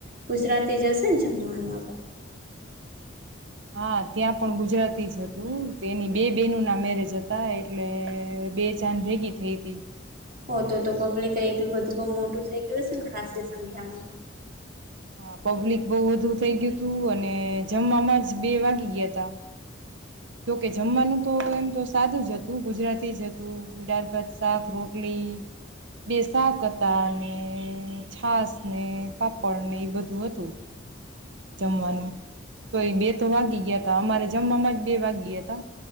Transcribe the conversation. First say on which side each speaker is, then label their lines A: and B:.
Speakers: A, on the right; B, on the right.
A: ગુજરાતી જશે ને જમવાનુંમાં પણ
B: હા ત્યાં પણ ગુજરાતી જ હતું તે એની બે બેહેનો ના મેરેજ હતા એટલે બે ચાંદ ભેગી થઈ હતી
A: હો તો તો પબ્લિક એટલું બધું બહ મોટું થઈ ગયું હશે ને ખાસ સંખ્યામાં
B: હ પબ્લિક બહુ વધુ થઇ ગયું તું અને જમવામાં જ બે વાગી ગયા ત જોકે જમવાનું તો એમ તો સાદ જ હતું ગુજરાતી જ હતું દળ ભાત શાક રોટલી બે શાક હતા ને છાસ ને પાપડ ને એ બધું હતું જમવાનું તોય બે તો વાગી ગયા ત અમારે જમવાવામાં જ બે વાગ્યા હતા